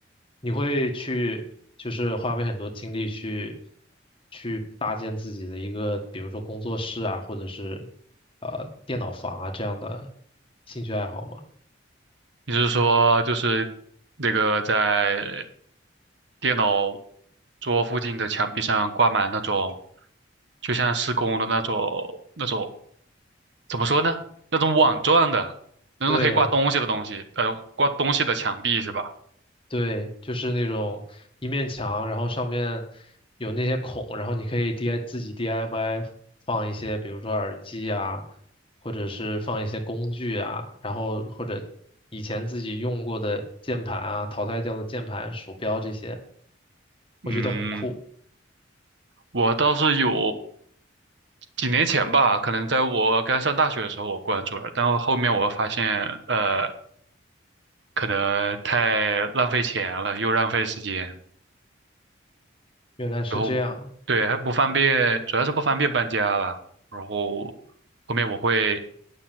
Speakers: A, on the left (about 25°); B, on the right (about 65°).
A: 你会去就是花费很多精力去去搭建自己的一个，比如说工作室啊，或者是呃电脑房啊这样的兴趣爱好吗？
B: 也就是说，就是那个在电脑桌附近的墙壁上挂满那种，就像施工的那种那种怎么说呢？那种网状的，那种可以挂东西的东西，
A: 对。
B: 呃，挂东西的墙壁是吧？
A: 对，就是那种一面墙，然后上面有那些孔，然后你可以 DI 自己 DIY 放一些，比如说耳机啊，或者是放一些工具啊，然后或者以前自己用过的键盘啊，淘汰掉的键盘、鼠标这些，我觉得很酷。
B: 嗯，我倒是有几年前吧，可能在我刚上大学的时候我关注了，但我后面我发现，呃，可能太浪费钱了，又浪费时间，
A: 原来是这样，
B: 然后对还不方便，主要是不方便搬家吧。然后后面我会，